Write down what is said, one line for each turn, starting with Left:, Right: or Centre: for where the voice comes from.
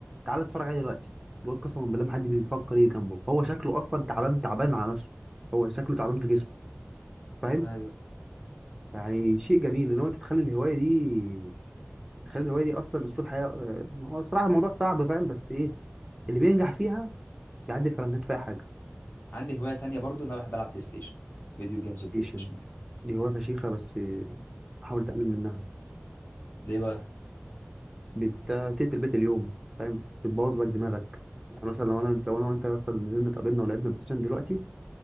Centre: تعالى اتفرج عليه دلوقتي الواد قسما بالله ما حد بيفكر يجي جنبه هو شكله اصلا تعبان تعبان على نفسه هو شكله تعبان في جسمه فاهم
Left: ايوه
Centre: يعني شيء جميل ان هو تتخلي الهوايه دي تخلي الهوايه دي اصلا اسلوب حياه آه، هو الصراحه الموضوع صعب فاهم بس ايه اللي بينجح فيها بيعدي فرنجات في اي حاجه
Left: عندي هواية تانية برضو ان انا بحب العب بلاي ستيشن فيديو جيمز وبلاي
Centre: ايشن
Left: ستيشن وكده
Centre: دي هوايه فشيخه بس آه، حاول تقلل منها
Left: ليه بقى
Centre: بت- بتقتل البيت اليوم فاهم بتبوظ لك دماغك يعني مثلا لو انا لو انا وانت اصلا نزلنا اتقابلنا ولعبنا بلاي ستيشن دلوقتي